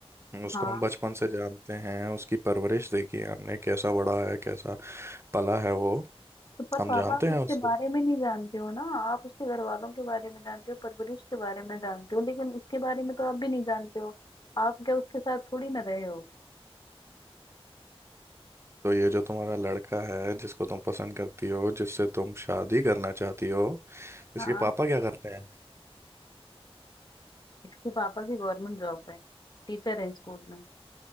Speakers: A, on the right; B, on the left.
A: उसको
B: हाँ
A: हम बचपन से जानते हैं उसकी परवरिश देखी है हमने कैसा बड़ा है कैसा पला है वो
B: तो पर
A: हम
B: पापा
A: जानते
B: आप
A: हैं
B: उसके
A: उसको
B: बारे में नहीं जानते हो ना आप उसके घर वालों के बारे में जानते हो परवरिश के बारे में जानते हो लेकिन उसके बारे में तो आप भी नहीं जानते हो आप क्या उसके साथ थोड़ी ना रहे हो
A: तो ये जो तुम्हारा लड़का है जिसको तुम पसंद करती हो जिससे तुम शादी करना चाहती हो इसके
B: हाँ
A: पापा क्या करते हैं
B: इसके पापा की गवर्नमेंट जॉब है टीचर है स्कूल में